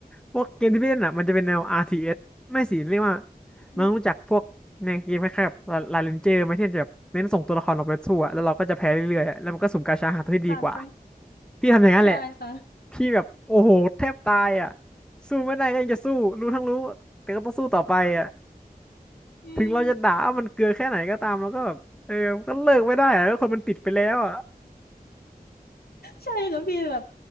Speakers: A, in the centre; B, on the left.
A: พวกเกมที่พี่เล่นอ่ะมันจะเป็นแนว RTS ไม่สิเรียกว่า
B: อืม
A: น้องรู้จักพวกในเกมคล้ายๆกบบลาเรนเจอร์ไหมที่มันจะแบบเน้นส่งตัวละครออกไปสู้อะแล้วเราก็จะแพ้เรื่อยๆอะแล้วมันก็สุ่มกาชาหาตัวที่ดีกว่า
B: ค่ะค่ะ
A: พี่ทำอย่างนั้นแหละ
B: ใช่ค่ะ <laughs>
A: พี่แบบโอ้โหแทบตายอ่ะสู้ไม่ได้ก็ยังจะสู้รู้ทั้งรู้แต่ก็ต้องสู้ต่อไปอ่ะ
B: อืม
A: ถึงเราจะด่าว่ามันเกลือแค่ไหนก็ตามเราก็แบบเออมันก็เลิกไม่ได้อะแล้วคนมันติดไปแล้วอ่ะ
B: ใช่ค่ะพี่แบบ